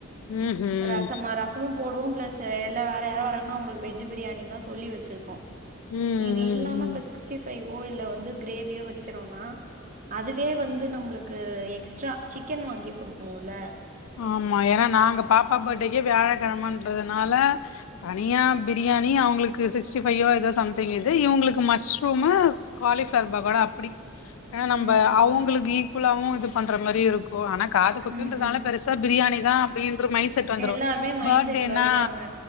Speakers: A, on the left; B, on the right.
A: ம்ஹும்
B: ரசமா ரசமும் போடுவோ பிளஸ் எல்லா வேற யாரா வராங்கனா அவுங்களுக்கு வெஜ் பிரியாணினா சொல்லி வச்சுருக்கோ
A: ம்
B: இது
A: ம்
B: இல்லாம
A: ம்
B: இப்ப சிக்ஸ்டி ஃபைவோ இல்ல வந்து கிரேவியோ வைக்கிறோனா அதுவே வந்து நம்மளுக்கு எக்ஸ்ட்ரா சிக்கன் வாங்கி குடுக்கணுல்ல
A: ஆமா ஏனா நாங்க பாப்பா பேர்த்டேக்கு வியாழக்கெழமன்றதுனால தனியா பிரியாணி அவுங்களுக்கு சிக்ஸ்ட்டி ஃபையோ எதோ சம்திங்கு இது இவுங்களுக்கு மஷ்ரூமு காலிஃப்ளவர் பக்கோடா அப்டி ஏனா நம்ம
B: ம் ம்
A: அவுங்களுக்கு ஈக்குவலாவு இது பண்ற மாதிரி இருக்கு ஆனா காது குத்துன்றதுனால
B: ம் ம்
A: பெருசா பிரியாணி தா அப்டின்ற மைண்ட் செட் வந்துரு
B: எல்லாருமே மைண்ட்
A: பேர்த்டேனா
B: செட் வருவாங்க